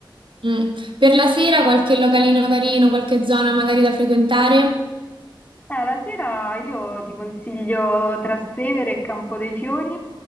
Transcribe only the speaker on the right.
Mm. Per la sera qualche localino carino, qualche zona magari da frequentare?